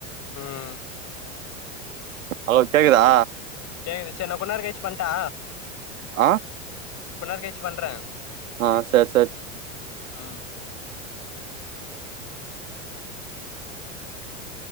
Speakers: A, on the left; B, on the right.
A: ம்
B: அலோ கேக்குதா
A: கேக்குது சேரி நா கொஞ்ச நேரோ கழிச்சி பண்ட்டா
B: ஆ
A: கொஞ் நேரோ கலிச்சி பண்ற
B: ஆ சேர் சேர்
A: ம் <unintelligible>